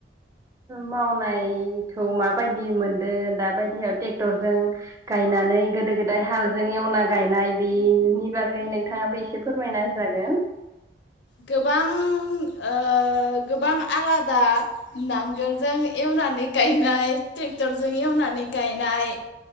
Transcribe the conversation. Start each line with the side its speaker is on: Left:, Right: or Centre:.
Right: मावनायखौ माबायदि मोनद दो‌ दाबायदियाव टेक्टरजों गायनानै गोदो गोदाय हालजों एवना गायनाय बेनि बागै नोंथाङाबो एसे फोरमायना जागोन।
Left: गोबां ओ गोबां आलादा नांगोलजों एवनानै गायनाय ट्रेक्टरजों एवनानै गायनाय।